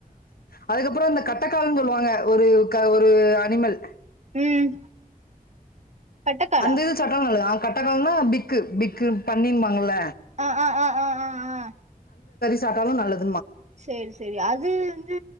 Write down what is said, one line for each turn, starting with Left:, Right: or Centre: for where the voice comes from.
Left: அதுக்கப்றோ இந்த கட்டக்கால்ன்னு சொல்லுவாங்க ஒரு ஒரு அனிமல்
Right: ம் பட்டக்காலா
Left: அந்த இது சாப்ட நல்லது கட்டக்கால்னா பிக்கு பிக்கு பன்னின்பாங்கள்ல
Right: ஆஹ் ஆஹ் ஆஹ் ஆஹ் ஆஹ்
Left: சாப்டாலு நல்லது
Right: சேரி சேரி அது வந்து